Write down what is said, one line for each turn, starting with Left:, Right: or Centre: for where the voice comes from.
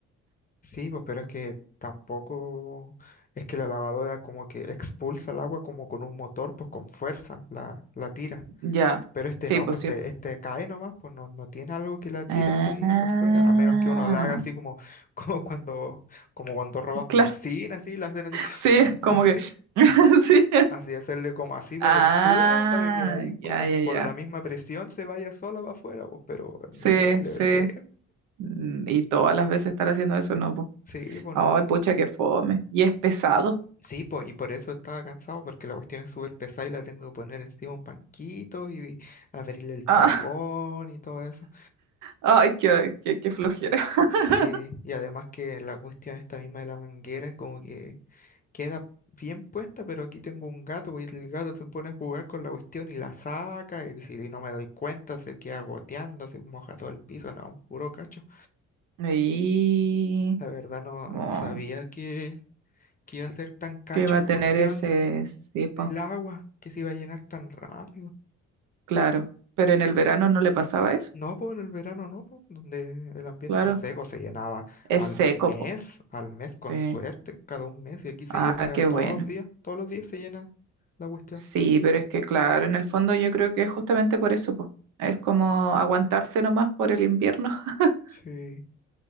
Left: Sí, pues, pero es que tampoco es que la lavadora como que expulsa el agua como con un motor, pues con fuerza la, la tira.
Right: Ya,
Left: Pero este
Right: sí,
Left: no,
Right: pues
Left: pues
Right: sí.
Left: este,
Right: po.
Left: este cae nomás, pues no, no tiene algo que la tira
Right: Ah,
Left: así para afuera, a menos que uno la haga así como, <laughs> como cuando, como cuando roban
Right: Claro,
Left: benzina, así, la hacen así, <sniffs>
Right: sí,
Left: a-
Right: como
Left: así,
Right: que. <laughs> Sí.
Left: así hacerle como así por
Right: Ah,
Left: el tubo para que ahí como
Right: ya, ya,
Left: por
Right: ya.
Left: la misma presión se vaya sola para afuera, pues, pero
Right: Sí,
Left: me, le,
Right: sí.
Left: sí,
Right: Mm, Y todas las veces estar haciendo eso, no, po.
Left: sí, pues
Right: Ay,
Left: no.
Right: pucha, qué fome. Y es pesado.
Left: Sí, po, y por eso estaba cansado, porque la cuestión es súper pesada y la tengo que poner encima un banquito y abrirle el tapón
Right: Ah, <laughs>
Left: y todo eso.
Right: ay, qué, qué, qué flojera. <laughs>
Left: Sí, y además que la cuestión esta misma de la manguera es como que queda bien puesta, pero aquí tengo un gato pues, y el gato se pone a jugar con la cuestión y la saca y si no me doy cuenta se queda goteando, se moja todo el piso, no, un puro cacho.
Right: Y.
Left: La verdad no,
Right: bueno,
Left: no sabía que, que iba a ser tan cacho
Right: que iba a tener
Left: la cuestión
Right: ese. Sí,
Left: del
Right: po,
Left: agua, que se iba a llenar tan rápido.
Right: claro. Pero en el verano no le pasaba eso.
Left: No, pues en el verano no, pues donde el ambiente
Right: Claro.
Left: seco se llenaba
Right: Es
Left: al
Right: seco,
Left: mes,
Right: po.
Left: al mes con
Right: Sí.
Left: suerte, cada un mes, y aquí se
Right: Ah,
Left: llena
Right: qué
Left: todos
Right: bueno.
Left: los días, todos los días se llena la cuestión.
Right: Sí, pero es que claro, en el fondo yo creo que es justamente por eso, po. Es como aguantarse nomás por el invierno. <laughs>
Left: Sí,